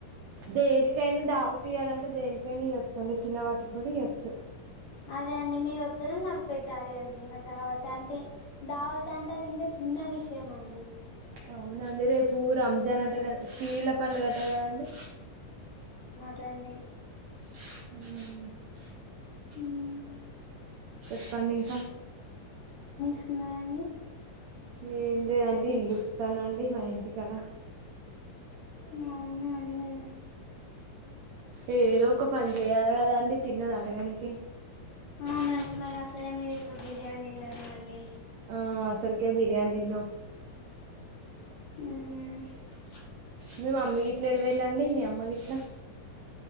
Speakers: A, on the right (about 90°); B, on the left (about 70°).
A: దేనికైన దావత్ తీయ్యాలంటే దేనికైన ఇయ్వచ్చు అండి చిన్న వాటికి గూడ ఇయ్వొచ్చు
B: అదే అండి మీరు ఒత్తేనే నాకు పెద్ద అది అండి ఇంగ ధావత్ అంటే ధావత్ అంటే అది ఇం చిన్న విషయం అండి
A: అవునండి రేపు రంజాన్ అంటే కద పీర్ల పండగ అట కదండి
B: టన్డి
A: హ్మ్
B: హ్మ్
A: చెప్పండి ఇంక
B: న్నారాండి
A: ఏం లేదండి ఇల్లు ఉతానండి మా ఇంటికాడ
B: నవునానండి
A: ఏదో ఒక పని చేయాలి కదాండి తిన్నది అరగనికి
B: అవునండి మరి అసలే మీరు ఇప్పుడు బిర్యానీ తిన్నారు మళ్ళీ
A: ఆ అసలుకే బిర్యాని తిను
B: అహ
A: మీ మమ్మి గి ఇట్లా ఎడవేళ్ళండి మీ అమ్మ గ ఇట్లా